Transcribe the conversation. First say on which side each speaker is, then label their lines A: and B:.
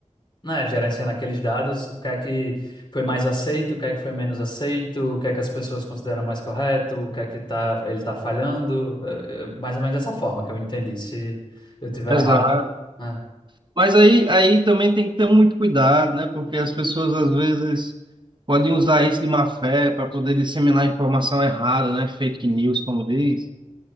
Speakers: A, on the left (about 40°); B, on the right (about 40°).
A: né, gerenciando aqueles dados, o que é que foi mais aceito, o que é que foi menos aceito, o que é que as pessoas consideram mais correto, o que é que tá, ele está falhando, eh, eh, mais ou menos dessa forma que eu entendi. Se eu tiver
B: Exato.
A: errado, né,
B: Mas aí, aí também tem que ter muito cuidado, né? Porque as pessoas às vezes podem usar isso de má fé para poder disseminar informação errada, né? Fake news, como diz.